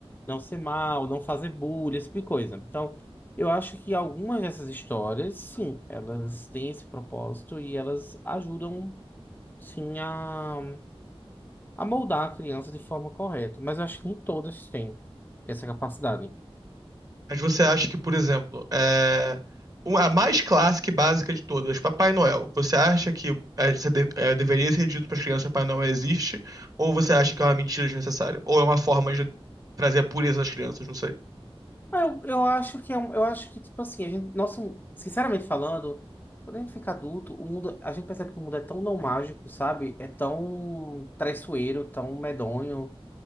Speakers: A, on the left; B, on the right.
A: não ser mal, não fazer bullying, esse tipo de coisa. Então, eu acho que algumas dessas histórias, sim, elas têm esse propósito e elas ajudam, sim, a, a moldar a criança de forma correta. Mas eu acho que nem todas têm essa capacidade.
B: Mas você acha que, por exemplo, é, uma- a mais clássica e básica de todas, Papai Noel, você acha que é, você de- é, deveria ser dito para as crianças que Papai Noel existe? Ou você acha que é uma mentira desnecessária? Ou é uma forma de trazer a pureza às crianças? Não sei.
A: Ah, Eu, eu acho que é um- eu acho que, tipo assim, a gente, nossa, sinceramente falando, quando a gente fica adulto, o mundo, a gente percebe que o mundo é tão não mágico, sabe? É tão traiçoeiro, tão medonho.